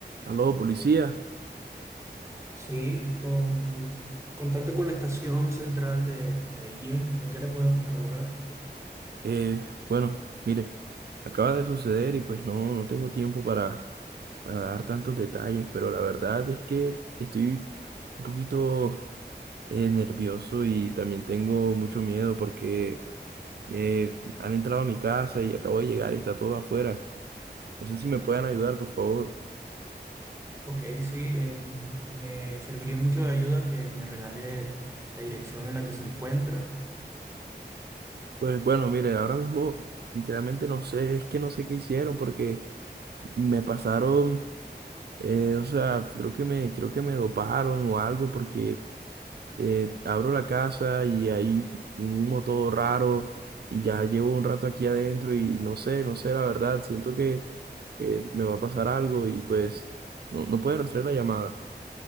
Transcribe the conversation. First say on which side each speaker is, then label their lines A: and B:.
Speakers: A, on the right; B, on the right.
A: Aló, policía.
B: Sí, con contacto con la estación central de Medellín, ¿en qué le podemos colaborar?
A: Eh, bueno, mire, acaba de suceder y pues no, no tengo tiempo para, para dar tantos detalles, pero la verdad es que estoy un poquito eh, nervioso y también tengo mucho miedo porque eh, han entrado a mi casa y acabo de llegar y está todo afuera. No sé si me pueden ayudar, por favor.
B: Ok, sí, eh, me serviría mucho de ayuda que me regale la dirección en la que se encuentra
A: Pues bueno, mire, ahora mismo literalmente no sé, es que no sé qué hicieron porque me pasaron, eh, o sea, creo que me, creo que me doparon o algo porque eh, abro la casa y hay un humo todo raro y ya llevo un rato aquí adentro y no sé, no sé, la verdad, siento que, que me va a pasar algo y pues no, no puede rastrear la llamada.